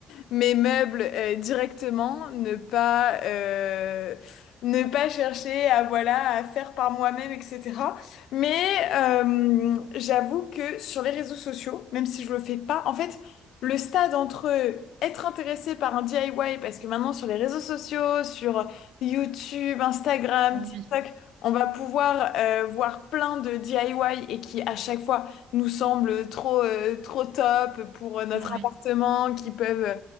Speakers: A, on the left; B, on the right.
A: mes meubles euh, directement, ne pas euh, ne pas chercher à voilà à faire par moi-même, etc. Mais euh, j'avoue que sur les réseaux sociaux, même si je le fais pas, en fait, le stade entre être intéressé par un DIY parce que maintenant sur les réseaux sociaux, sur YouTube, Instagram,
B: Ah oui,
A: TikTok on va pouvoir euh, voir plein de DIY et qui à chaque fois nous semblent trop euh, trop top pour euh, notre
B: oui,
A: appartement, qui peuvent euh,